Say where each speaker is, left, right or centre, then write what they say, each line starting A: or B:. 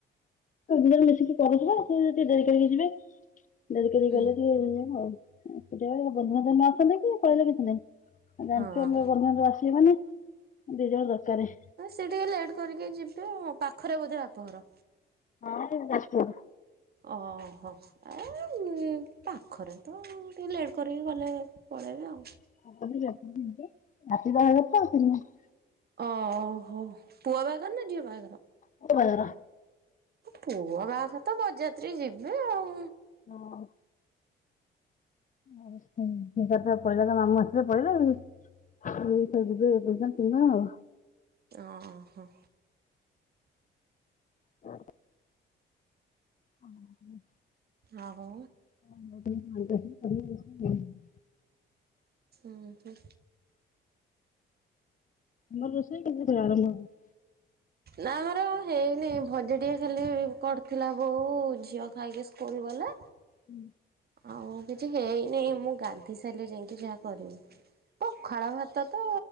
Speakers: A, on the left; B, on the right.
A: ଦିଜଣ ମିଶିକି କରିଯିବା ସେ ଯଦି ଡେରି କରିକି ଯିବେ। ଦେରି କରିକି
B: ହୁଁ
A: ଗଲେ ଟିକେ ଏଇଆ ଆଉ। ବନ୍ଧୁବାନ୍ଧବ ନ ଆସନ୍ତେ କି ନ ହେଲେ କିଛି ନାହିଁ। ଜାଣିଚ
B: ହଁ
A: ମୋ ବନ୍ଧୁ ବାନ୍ଧବ ଆସିବେ ମାନେ ଦି ଜଣ ଦରକାର।
B: ବାସ୍, ସେଏ ଟିକେ ଲେଟ୍ କରିକି ଯିବେ ଆଉ। ପାଖରେ ବୋଧେ ବାପଘର?
A: ହଁ ଯାଜପୁର
B: ଓହୋ ଏ ପାଖରେ ତ ଆଉ, ଟିକେ ଲେଟ୍ କରିକି ଗଲେ ପଳେଇବେ ଆଉ।
A: <unintelligible>
B: ଓହୋ। ପୁଅ ବାହାଘର ନା ଝିଅ ବାହାଘର?
A: ପୁଅ ବାହାଘର।
B: ପୁଅ ବାହାଘର ତ ବରଯାତ୍ରୀ ଯିବେ ଆଉ।
A: ହଁ। ଓହୋ <unintelligible> ପଳେଇଲା ତା ମାମୁଁ ଆସିଲେ ପଳେଇଲା ଆଉ। ସିଏ ତ ଯିବେ, ଏକା ତୁମେ ଆଉ।
B: ଓ ହୋ।
A: <unintelligible> ହଁ।
B: ଆଉ
A: <unintelligible>
B: ଉଁ ହୁଁ।
A: ନ ରୋଷେଇ କେମିତି ଆରମ୍ଭ ହବ?
B: ନା ଆମର ହେଇନି, ଭଜା ଟିକେ ଖାଲି କରିଥିଲା ବୋଉ। ଝିଅ ଖାଇକି ସ୍କୁଲ ଗଲା।
A: ହୁଁ।
B: ଆଉ କିଛି ହେଇନି ମୁଁ ଗାଧୋଇ ସାଇଲେ ଯାଇକି ଯାହା କରିବି। ପଖାଳ ଭାତ କୁ